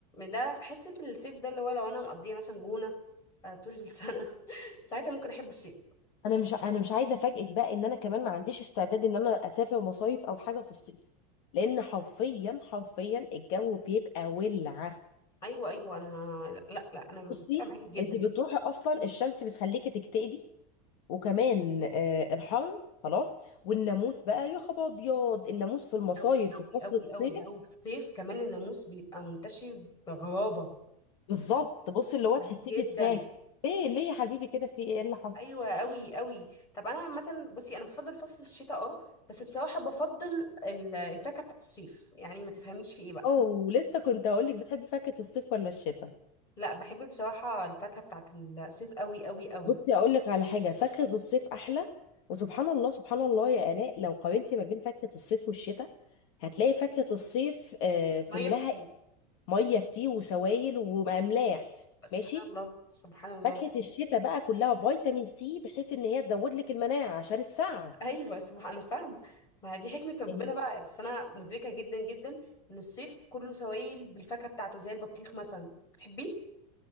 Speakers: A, on the left (about 20°); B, on the left (about 45°).
A: ده بحس في الصيف ده اللي هو لو انا مقضيه مثلا جونه آه، طول السنه <laughs> ساعتها ممكن احب الصيف
B: انا مش انا مش عايزه افاجئك بقى ان انا كمان ما عنديش استعداد ان انا اسافر مصايف او حاجه في الصيف لان حرفيا حرفيا الجو بيبقى ولعه
A: ايوه ايوه انا لا لا لا، انا متفقه
B: بصي
A: معاكي جدا
B: انت بتروحي اصلا الشمس بتخليكي تكتئبي وكمان آه الحر خلاص والناموس بقى يا خبر ابيض الناموس في المصايف
A: قوي قوي
B: في فصل
A: قوي
B: الصيف
A: قوي قوي في الصيف كمان الناموس بيبقى منتشر بغرابه
B: بالظبط بصي
A: شكله
B: اللي هو
A: غريب
B: تحسيه
A: جدا
B: بيتخانق ليه ليه يا حبيبي كده في ايه اللي حصل
A: ايوه قوي قوي طب انا عامه بصي انا بفضل فصل الشتاء اه بس بصراحه بفضل ال- الفاكهه بتاعت الصيف يعني ما تفهميش في ايه بقى
B: اوه لسه كنت هقول لك بتحبي فاكهة الصيف ولا الشتاء
A: لا بحب بصراحه الفاكهه بتاعت الصيف قوي قوي قوي
B: بصي اقول لك على حاجة فاكهة الصيف احلى وسبحان الله سبحان الله يا آلاء لو قارنتي ما بين فاكهة الصيف والشتاء هتلاقي فاكهة الصيف آه كلها
A: ميه كتير
B: ميه كتير وسوائل واملاح
A: سبحان
B: ماشي
A: الله سبحان الله
B: فاكهه الشتاء بقى كلها فيتامين سي بحيث ان هي تزود لك المناعه عشان السقعه
A: ايوه سبحان انا فاهمه ما دي حكمه ربنا
B: يعني
A: بقى بس انا مدركه جدا جدا ان الصيف كله سوائل بالفاكهه بتاعته زي البطيخ مثلا بتحبيه